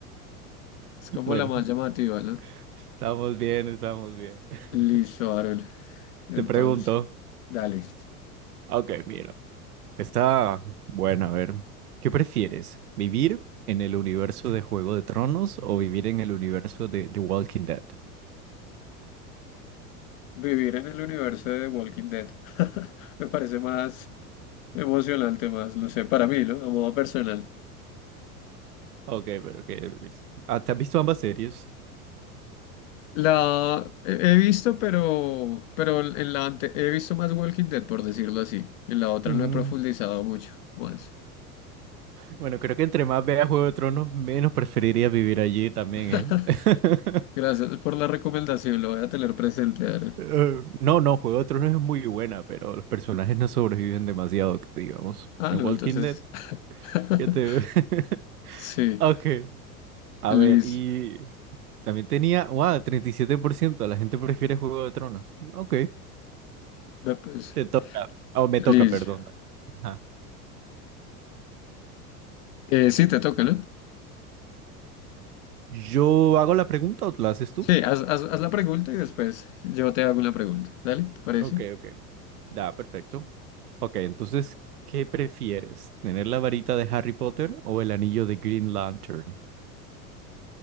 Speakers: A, on the left (about 60°); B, on the right (about 75°).
A: Es como
B: bueno,
A: la más llamativa, ¿no?
B: estamos bien, estamos bien. <laughs>
A: Listo, Aaron. Entonces,
B: Te pregunto.
A: dale.
B: Ok, mira. Está bueno, a ver. ¿Qué prefieres? ¿Vivir en el universo de Juego de Tronos o vivir en el universo de The Walking Dead?
A: Vivir en el universo de The Walking Dead. <laughs> Me parece más emocionante, más, no sé, para mí, ¿no? A modo personal.
B: Ok, pero ¿qué es? Ah, ¿te has visto ambas series?
A: La he he visto, pero, pero en la ante- he visto más Walking Dead, por decirlo así. En la otra
B: Mm.
A: no he profundizado mucho más.
B: Bueno, creo que entre más vea Juego de Tronos, menos preferiría vivir allí también,
A: <laughs>
B: ¿eh? <laughs>
A: Gracias por la recomendación, lo voy a tener presente, Aaron.
B: Eh, No, no, Juego de Tronos es muy buena, pero los personajes no sobreviven demasiado, que digamos.
A: Ah,
B: En
A: no,
B: Walking
A: entonces.
B: Dead,
A: <laughs>
B: ¿qué te... <laughs>
A: Sí,
B: Ok, a
A: Liz.
B: ver, y también tenía, wow, 37% de la gente prefiere Juego de Tronos. Ok,
A: ve, pues,
B: te toca, o me
A: Liz.
B: toca, perdón. Ajá.
A: Eh, sí, te toca, ¿no?
B: ¿Yo hago la pregunta o la haces tú?
A: Sí, haz, haz- haz la pregunta y después yo te hago una pregunta. Dale, ¿te parece?
B: Ok, ok. Da, perfecto. Ok, entonces, ¿qué prefieres? ¿Tener la varita de Harry Potter o el anillo de Green Lantern?